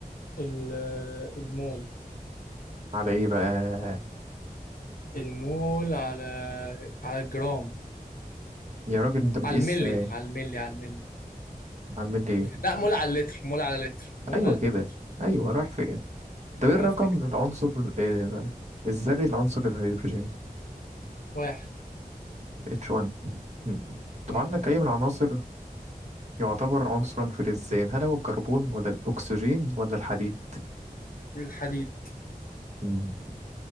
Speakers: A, on the left; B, on the right.
A: ال- آه، المول
B: على ايه بقى
A: المول على على الجرام
B: يا راجل انت بتقيس
A: على الملي
B: آه،
A: على الملي على الملي
B: على الملي ايه
A: لا مول على اللتر مول على اللتر مول
B: ايوه
A: على
B: كده
A: اللتر
B: ايوه رايح فين طب
A: عمال
B: ايه الرقم
A: افتكر
B: العنصر آه، الذري لعنصر الهيدروجين
A: واحد
B: H1 مم. طب
A: اه
B: عندك اي من العناصر يعتبر عنصرا فلزيا هل هو الكربون ولا الاكسجين ولا الحديد
A: الحديد
B: مم.